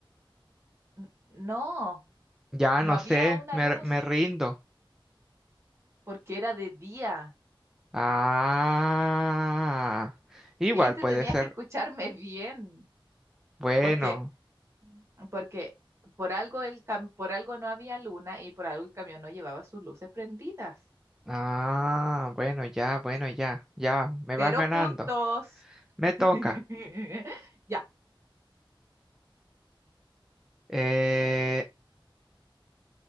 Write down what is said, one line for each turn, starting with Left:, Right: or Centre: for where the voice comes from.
Right: N- No,
Centre: Ya,
Right: no
Centre: no
Right: había
Centre: sé,
Right: una
Centre: me,
Right: luz
Centre: me rindo.
Right: porque era de día.
Centre: Ah, igual
Right: ¿Viste?
Centre: puede
Right: Tenías
Centre: ser.
Right: que escucharme <laughs> bien
Centre: Bueno.
Right: porque, porque por algo el cam- por algo no había luna y por algo el camión no llevaba sus luces prendidas.
Centre: Ah, bueno, ya, bueno, ya, ya, me
Right: Cero
Centre: vas ganando.
Right: puntos.
Centre: Me
Right: <laughs>
Centre: toca.
Right: Ya,
Centre: Eh,